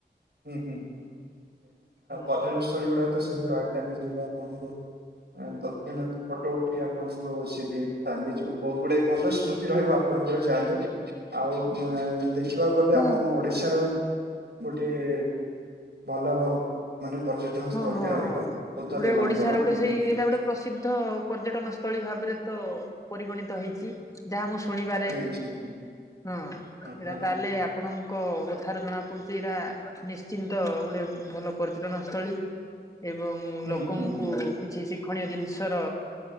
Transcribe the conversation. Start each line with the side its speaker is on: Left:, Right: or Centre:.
Right: ହୁଁ।
Left: ହୁଁ
Right: ଗୁଡା ତ ସେମିତି ରହିଥାନ୍ତି ଯଉଟା ଆପଣଙ୍କୁ ତତକ୍ଷଣାତ୍ ଫଟୋ ଉଠେଇକି ଆପଣଙ୍କର ସେ ଦେଇଥାନ୍ତି। ଯୋଉ ଗୁଡେ ଭଲ ସ୍ମୃତି ରହିବ ଆପଣଙ୍କର ଯାଆନ୍ତୁ। ଆଉ ଏଁ ଦେଖିବାକୁ
Left: ହୁଁ
Right: ଗଲେ
Left: ହଁ
Right: ଆମ ଓଡିଶାର ଗୋଟିଏ ଭଲ ମାନେ ପର୍ଯଟନ
Left: ହଁ
Right: ସ୍ଥଳୀଟେ
Left: ହଁ।
Right: ରହିବ ବୁଦ୍ଧ
Left: ଗୋଟେ
Right: ଦେବଙ୍କର,
Left: ଓଡିଶାର ଗୋଟେ
Right: ହୁଁ
Left: ସେଇ
Right: ହୁଁ।
Left: ଏଇଟା ଗୋଟେ ପ୍ରସିଦ୍ଧ ପର୍ଯ୍ୟଟନ ସ୍ଥଳୀ ଭାବରେ ତ ପରିଗଣିତ ହେଇଛି। ଯାହା ମୁଁ ଶୁଣିବାରେ
Right: ହେଇଛି ହୁଁ।
Left: ହଁ
Right: ହୁଁ
Left: ସେଟା,
Right: ହୁଁ
Left: ତାହେଲେ ଆପଣଙ୍କ କଥାରୁ ଜଣାପଡ଼ୁଛି ଏଇଟା ନିଶ୍ଚିନ୍ତ ଗୋଟେ ଭଲ ପର୍ଯ୍ୟଟନସ୍ଥଳୀ। ଏବଂ
Right: ହୁଁ
Left: ଲୋକଙ୍କୁ
Right: ହୁଁ ହୁଁ
Left: କିଛି ଶି କ୍ଷଣୀୟ ଜିନିଷର